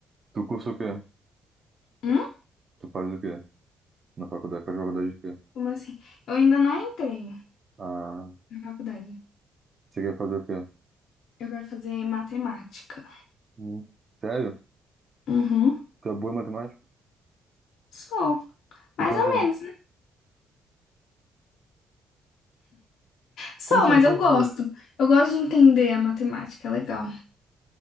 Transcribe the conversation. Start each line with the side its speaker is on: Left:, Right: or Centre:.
Right: Tu cursa o quê?
Left: Hum?
Right: Tu faz o quê? Na faculdade, faz faculdade de quê?
Left: Como assim? Eu ainda não entrei
Right: Ah,
Left: na faculdade.
Right: você quer fazer o quê?
Left: Eu quero fazer matemática.
Right: Hum, sério?
Left: Uhum.
Right: Tu é boa em matemática?
Left: Sou.
Right: Tem
Left: Mais
Right: quantos
Left: ou
Right: anos?
Left: menos. Sou,
Right: Como você
Left: mas
Right: não entrou
Left: eu
Right: na
Left: gosto.
Right: faculdade?
Left: Eu gosto de entender a matemática, é legal.